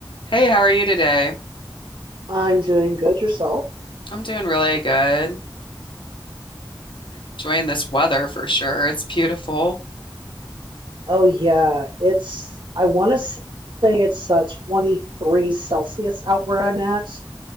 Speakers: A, on the left; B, on the right.
A: Hey, how are you today?
B: I'm doing good yourself.
A: I'm doing really good. Enjoying this weather for sure. It's beautiful.
B: Oh yeah, it's I want to say it's uh, 23 Celsius out where I'm at.